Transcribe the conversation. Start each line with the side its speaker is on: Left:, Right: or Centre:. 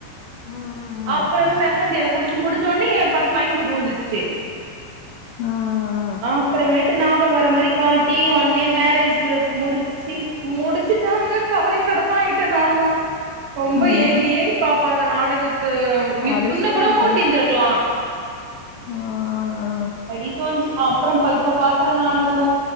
Left: ம் ம்
Right: அப்புறமே
Left: ம்
Right: மெஹந்தி அந்த பங்க்ஷன் முடிஞ்சவுடனே பட்டுனு மயக்கோ போட்டுவுழுந்துருச்சி
Left: ஆ ஆ
Right: அப்புறமேட்டு ஞாபகோ வர மாரி காட்டி ஒன்னே மேரேஜ் முடிச்சி முடிச்சிட்டாங்க கவலைக்கடமா ஆயிட்டே நா தா ரொம்ப
Left: ஆ ஐயோ
Right: ஏங்கி ஏங்கி பாப்பே அந்த நாடகத்த இன்னு
Left: அட சீரியல்
Right: கூட
Left: பைய
Right: ஓட்டி இந்திருக்கலா
Left: ஆ ஆ
Right: படி தேண்ணுச்சி அப்புறோ ப இப்ப பாக்கற நாடகோ